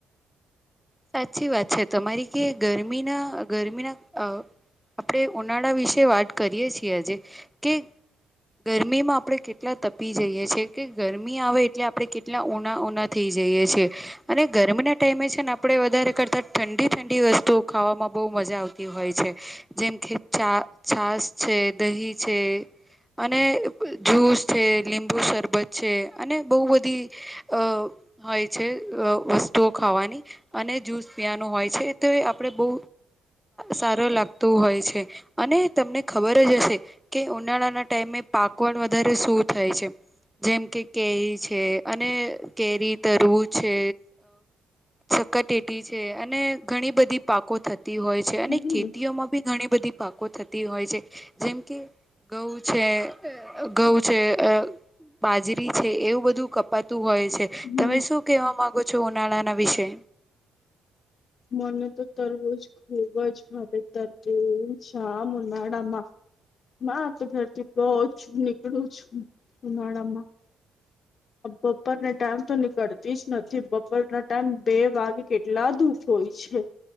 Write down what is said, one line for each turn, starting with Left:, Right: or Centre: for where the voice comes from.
Centre: સાચી વાત છે તમારી કે ગરમીના ગરમીના અ આપણે ઉનાળા વિશે વાત કરીએ છીએ આજે કે ગરમીમાં આપડણે કેટલા તપી જઈએ છીએ કે ગરમી આવે એટલે આપણે કે એટલા ઉના ઉના થઈ જઈએ છેએ અને ગરમીના ટાઈમે છે ને આપણે આપડણે વધારે કરતા ઠંડી ઠંડી વસ્તુઓ ખાવામાં બહુ મજા આવતી હોય છે. જેમ કે ચ છાસ છે દહી છે. અને જૂસ છે લીંબુ શરબત છે અને બહુ બધી અ હોય છે વસ્તુઓ ખાવાની અને જ્યુસ પીવાનું હોય છે તો આપણે બહુ સારો લાગતું હોય છે અને તમને ખબર જ હશે કે ઉનાળાના ટાઈમે પાકવન વધારે શું થાય છે જેમ કે કેરી છે અને કેરી તરવું છે કટેટી છે અને ઘણી બધી પાકો થતી હોય છે
Left: હમ
Centre: અને ખેતીઓમાં બી ઘણી બધી પાકો થતી હોય છે જેમ કે ઘઉ છે ઘઉ છે અ બાજરી છે એવું બધું કપાતું હોય છે
Left: હમ
Centre: તમે શું કેહેવા માંગો છો ઉનાળાના વિશે
Left: મન તો તરવોજ ખૂબ જ ભાબે ત તુ છા ઉનાડામાં તો ઘરથી બહો છું નીકળું છું ઉનાળા માં બપોરને ટાઈમ તો નીકળતી જ નથી બપોરના ટાઈમ બે વાગે કે કેટલા ધુપ હોય છે